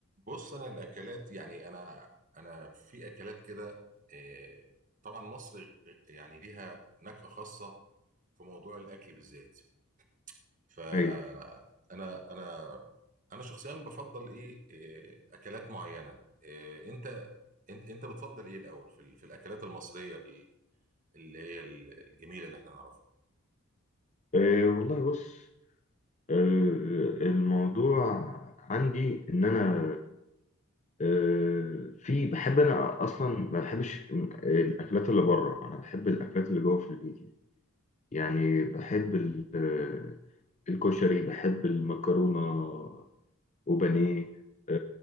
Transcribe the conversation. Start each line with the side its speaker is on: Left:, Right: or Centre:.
Right: بص انا الاكلات يعني انا انا في اكلات كده آه، طبعا مصر يعني ليها نكهه خاصه في موضوع الاكل بالذات فانا
Left: ايوه
Right: انا انا أنا شخصيا بفضل ايه آه، اكلات معينه آه، انت انت انت بتفضل ايه الاول في ال- في الاكلات المصريه ال- اللي هي ال- الجميله اللي احنا نعرفها
Left: أه والله بص أه آه، الموضوع عندي ان انا أه في بحب انا اصلا ما بحبش الاكلات اللي بره انا بحب الاكلات اللي جوه في البيت يعني يعني بحب ال- آه، الكشري بحب المكرونه وبانيه أه